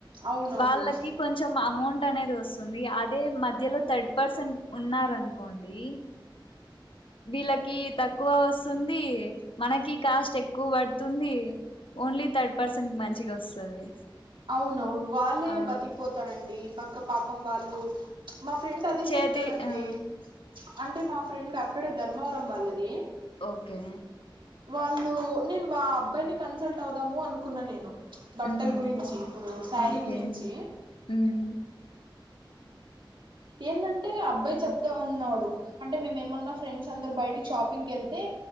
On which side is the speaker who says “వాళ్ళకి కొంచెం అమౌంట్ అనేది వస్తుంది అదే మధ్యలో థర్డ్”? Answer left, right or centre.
Left